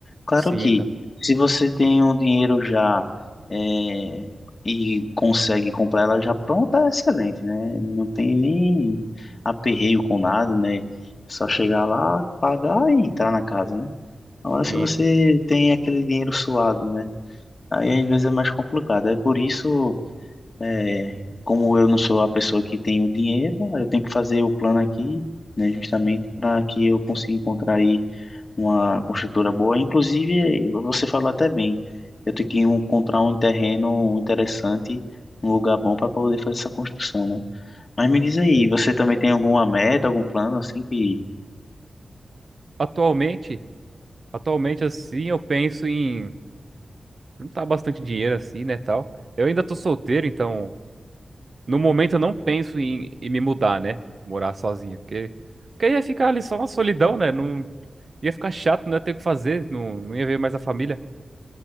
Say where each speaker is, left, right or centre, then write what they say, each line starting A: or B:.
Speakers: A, on the left; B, on the right.
A: Claro
B: Sim,
A: que,
B: então.
A: se você tem um dinheiro já é, e consegue comprar ela já pronta, é excelente, né? Não tem nem aperreio com nada, né? Só chegar lá, pagar e entrar na casa, né? Agora, se
B: Sim,
A: você
B: então,
A: tem aquele dinheiro suado, né? Aí às vezes é mais complicado. É por isso. É, como eu não sou a pessoa que tem o dinheiro, eu tenho que fazer o plano aqui, né, justamente para que eu consiga encontrar aí uma construtora boa. Inclusive, eh, você falou até bem, eu tenho que encontrar um terreno interessante, um lugar bom para poder fazer essa construção, né? Mas me diz aí,
B: sim.
A: você também tem alguma meta, algum plano assim que...
B: Atualmente, atualmente, assim, eu penso em não tá bastante dinheiro assim, né, tal. Eu ainda tô solteiro, então, no momento eu não penso em, em me mudar, né? Morar sozinho, porque, porque ia ficar ali só uma solidão, né? Não, ia ficar chato, não ia ter o que fazer, não, não ia ver mais a família.